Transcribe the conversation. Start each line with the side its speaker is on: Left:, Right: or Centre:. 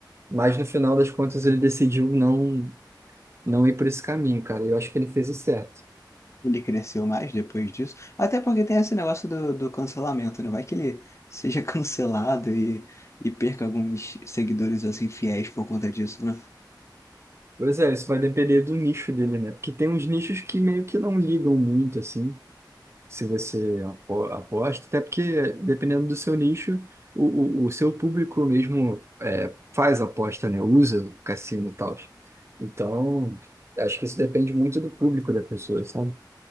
Right: Mas no final das contas ele decidiu não não ir por esse caminho, cara. Eu acho que ele fez o certo.
Left: Ele cresceu mais depois disso. Até porque tem esse negócio do, do cancelamento, né? Vai que ele seja <laughs> cancelado e, e perca alguns seguidores assim fiéis por conta disso, né?
Right: Pois é, isso vai depender do nicho dele, né? Porque tem uns nichos que meio que não ligam muito, assim, se você apo- aposta, até porque dependendo do seu nicho, o, o, o seu público mesmo é, faz aposta, né? Usa o cassino e tal. Então, acho que isso depende muito do público da pessoa, sabe?